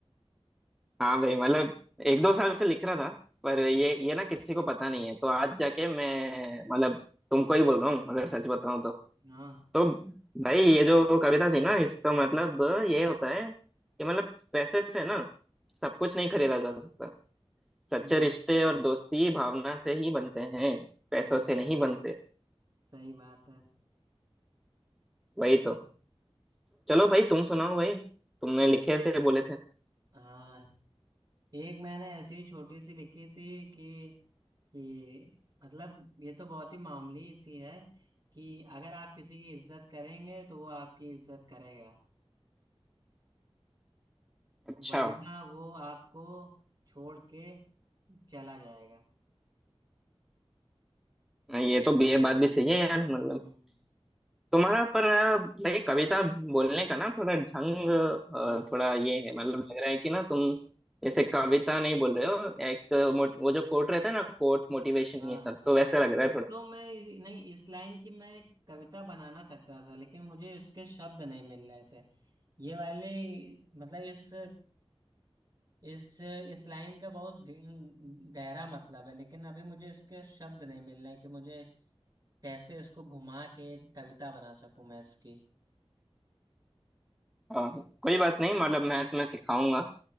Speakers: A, in the centre; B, on the right.
A: हाँ भाई मतलब एक दो साल से लिख रहा था पर
B: हाँ
A: ये ये ना किसी को पता नहीं है तो आज जाके मैं मतलब तुमको ही बोल रहा हूँ अगर सच बताऊँ तो
B: हाँ
A: तो भाई ये जो कविता थी ना इसका मतलब ये होता है कि मतलब पैसे से ना सब कुछ नहीं खरीदा जा सकता सच्चे
B: हम्म
A: रिश्ते और दोस्ती भावना से ही बनते हैं
B: हम्म
A: पैसों से नहीं बनते
B: सही बात है
A: वही तो चलो भाई तुम सुनाओ भाई तुमने लिखे थे बोले थे
B: हाँ एक मैंने ऐसी छोटी सी लिखी थी कि ये मतलब ये तो बहुत ही मामूली सी है कि अगर आप किसी की इज्जत करेंगे तो वो आपकी इज्जत करेगा
A: अच्छा
B: वरना वो आपको छोड़ के चला जाएगा
A: ये तो ये बात भी सही है यार मतलब
B: हम्म
A: तुम्हारा पर अ, भाई कविता बोलने का ना थोड़ा ढंग अ,
B: हाँ
A: थोड़ा ये है मतलब लग रहा है कि ना तुम जैसे कविता नहीं बोल रहे हो एक मोट- वो जो कोट रहता है ना कोट मोटिवेशन
B: हाँ
A: ये सब
B: हाँ
A: तो वैसे लग रहा
B: इसको
A: है थोड़ा
B: मैं इस- नहीं इस लाइन की मैं एक कविता बनाना सकता था लेकिन मुझे इसके शब्द नहीं मिल रहे थे ये वाली मतलब इस इस इस लाइन का बहुत गह- गहरा मतलब है लेकिन अभी मुझे इसके शब्द नहीं मिल रहे हैं कि मुझे कैसे इसको घुमा के एक कविता बना सकूं मैं इसकी
A: हाँ, कोई बात नहीं मतलब मैं तुम्हें सिखाऊंगा